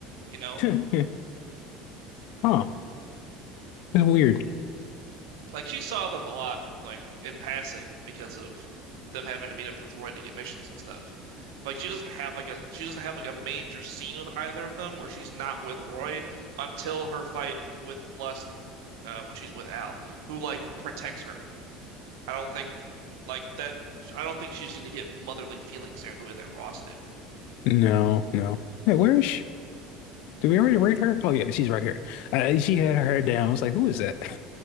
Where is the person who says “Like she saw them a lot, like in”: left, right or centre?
Right